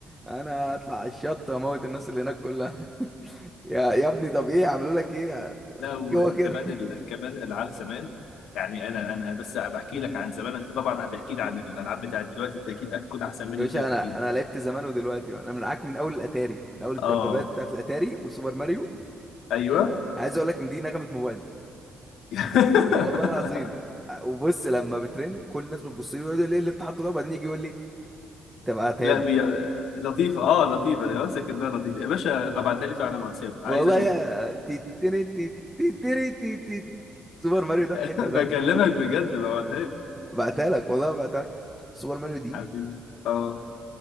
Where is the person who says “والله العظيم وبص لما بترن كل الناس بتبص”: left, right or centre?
Centre